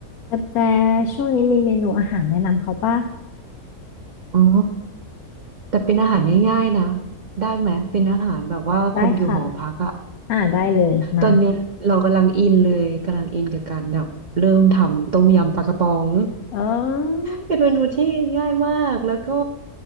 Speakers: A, on the left (about 80°); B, on the right (about 40°).
A: แต่แต่ช่วงนี้มีเมนูอาหารแนะนำเขาป่ะ
B: อ๋อแต่เป็นอาหารง่ายๆนะ ได้ไหม เป็นอาหารแบบว่าคนอยู่หอพักอะ
A: ได้ค่ะ อ่าได้เลย มา
B: ตอนเนี้ยเรากำลังอินเลยกำลังอินกับการแบบเริ่มทำต้มยำปลากระป๋อง
A: เอ้ย
B: เป็นเมนูที่ง่ายมาก แล้วก็